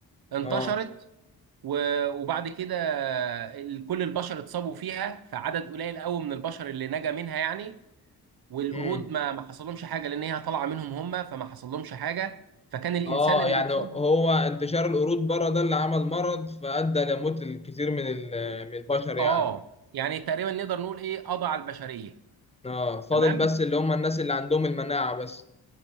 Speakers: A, on the right; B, on the left.
A: انتشرت
B: اه
A: و- وبعد كده ال- كل البشر اتصابوا فيها فعدد قليل قوي من البشر اللي نجا منها يعني والقرود
B: امم
A: ما ما حصلهمش حاجه لان هي طالعه منهم هم فما حصلهمش حاجه فكان الانسان
B: اه
A: اللي
B: يعني
A: بيتصاب
B: هو انتشار القرود بره ده اللي عمل مرض فأدى لموت الكثير من ال- من البشر
A: اه
B: يعني
A: يعني تقريبا نقدر نقول ايه قضى على البشريه
B: اه فاضل
A: تمام
B: بس اللي هم الناس اللي عندهم المناعة بس